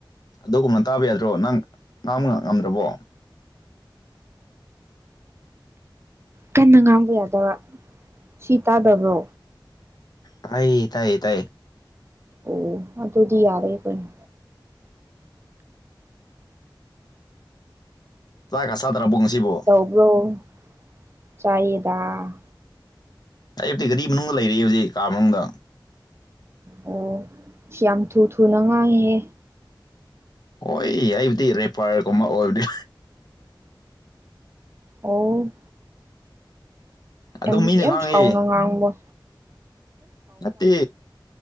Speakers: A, on the left; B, on the right.
A: ꯑꯗꯨꯒꯨꯝꯅ ꯇꯥꯕ ꯌꯥꯗ꯭ꯔꯣ ꯅꯪ ꯉꯥꯡꯕ ꯉ ꯉꯝꯗ꯭ꯔꯕꯣ
B: ꯀꯟꯅ ꯉꯥꯡꯕ ꯌꯥꯗꯕ ꯁꯤ ꯇꯥꯗꯕ꯭ꯔꯣ
A: ꯇꯥꯏ ꯇꯥꯏꯌꯦ ꯇꯥꯏꯌꯦ
B: ꯑꯣ ꯑꯗꯨꯗꯤ ꯌꯥꯔꯣꯏ ꯀꯩꯅꯣ
A: ꯆꯥꯛꯒ ꯆꯥꯗ꯭ꯔꯕꯣ ꯉꯁꯤꯕꯣ
B: ꯣ ꯆꯥꯏꯗ
A: ꯑꯩ ꯑꯞꯇꯤ ꯒꯥꯔꯤ ꯃꯅꯨꯡꯗ ꯂꯩꯔꯤ ꯍꯧꯖꯤꯛ ꯀꯥ ꯃꯅꯨꯡꯗ
B: ꯑꯣ ꯁꯤ ꯌꯥꯝ ꯊꯨ ꯊꯨꯅ ꯉꯥꯡꯍꯦ
A: ꯍꯣꯏ ꯑꯩꯕꯨꯗꯤ ꯔꯦꯄꯥꯌꯔꯒꯨꯝꯕ ꯑꯣꯏꯕꯗꯤ
B: ꯑꯣ
A: ꯑꯗꯨꯝ
B: ꯌꯥꯝ
A: ꯃꯤꯅ
B: ꯌꯥꯝ
A: ꯉꯥꯡꯉꯤ
B: ꯁꯥꯎꯅ ꯉꯥꯡꯕꯣꯏ
A: ꯅꯠꯇꯦ